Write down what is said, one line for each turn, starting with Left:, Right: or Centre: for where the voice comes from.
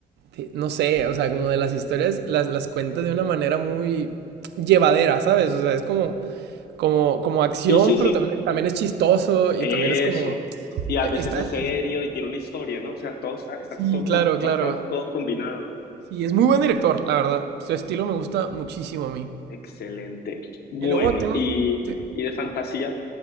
Right: de- no sé, o sea, como de las historias, las, las cuenta de una manera muy llevadera, ¿sabes? O sea, es como, como, como acción,
Left: Sí, sí,
Right: pero
Left: sí.
Right: también, también es chistoso y
Left: Eso.
Right: también es como,
Left: Y a
Right: eh,
Left: veces
Right: está,
Left: es
Right: es-
Left: serio y tiene una historia, ¿no? O sea, todo está, está
Right: sí,
Left: todo,
Right: claro,
Left: co- está-
Right: claro.
Left: está todo combinado.
Right: Sí, es muy buen director, la verdad. Su estilo me gusta muchísimo a mí.
Left: Excelente. Bueno,
Right: Y luego tiene,
Left: y,
Right: un- ti-
Left: y de fantasía,